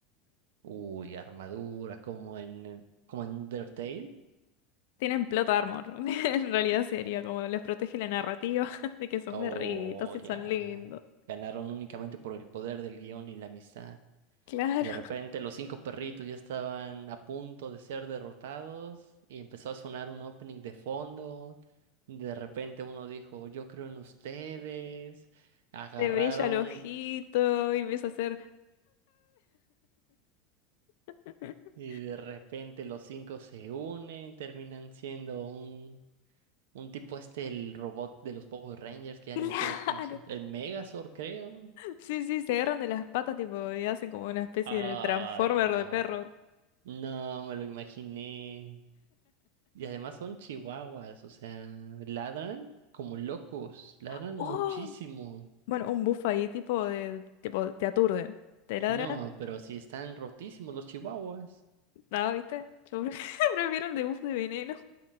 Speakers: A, on the right; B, on the left.
A: uy, armadura, como en, eh, como en Undertale,
B: Tienen plot armor. <laughs> En realidad sería como les protege la narrativa <laughs> de que son
A: o
B: perritos y
A: ya
B: son lindos.
A: ganaron únicamente por el poder del guión y la amistad.
B: Claro,
A: De repente los cinco perritos ya estaban a punto de ser derrotados y empezó a sonar un opening de fondo. De repente uno dijo, yo creo en ustedes. Agarraron
B: le brilla el ojito y empieza a hacer... <laughs>
A: y de repente los cinco se unen, terminan siendo un, un tipo este, el robot de los Power Rangers, que ya
B: Claro.
A: ni me acuerdo cómo se llama. El Megazord, creo.
B: Sí, sí, se agarran de las patas, tipo, y hacen como una especie
A: Ay,
B: de transformer
A: no.
B: de perros.
A: No, me lo imaginé. Y además son chihuahuas, o sea, ladran como locos, ladran
B: ¡Oh!
A: muchísimo.
B: Bueno, un buff ahí, tipo, de, tipo, te aturde. Te ladran,
A: No, pero sí están rotísimos los chihuahuas.
B: nada, ¿viste? Yo pre- <laughs> prefiero el de buff de veneno.